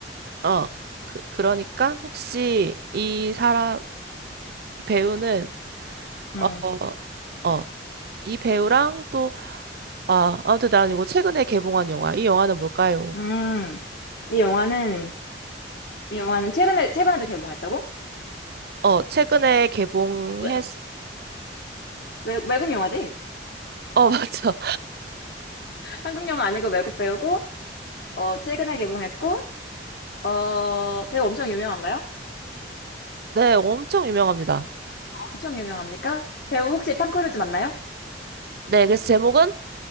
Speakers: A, on the right; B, on the left.
A: 어 그, 그러니까 혹시 이 사람 이 배우는
B: 응.
A: 어, 어, 어, 이 배우랑 또 아, 아무튼 난 이거 최근에 개봉한 영화. 이 영화는 뭘까요?
B: 음, 이 영화는, 이 영화는 최근에, 최근에도 개봉했다고?
A: 어, 최근에 개봉했
B: 외, 외, 외국 영화지?
A: 어, <laughs> 맞죠.
B: 한국 영화 아니고 외국 배우고, 어, 최근에 개봉했고, 어, 배우 엄청 유명한가요?
A: 네, 엄청 유명합니다.
B: 엄청 유명합니까? 배우 혹시 탐 크루즈 맞나요?
A: 네, 그래서 제목은